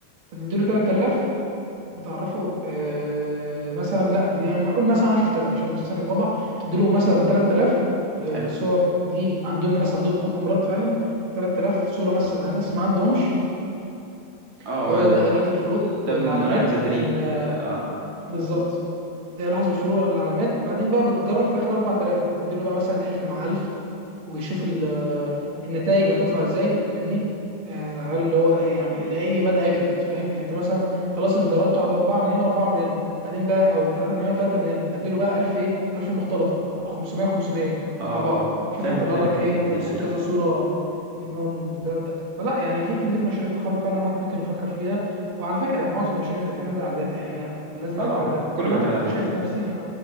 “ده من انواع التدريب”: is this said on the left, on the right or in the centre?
Right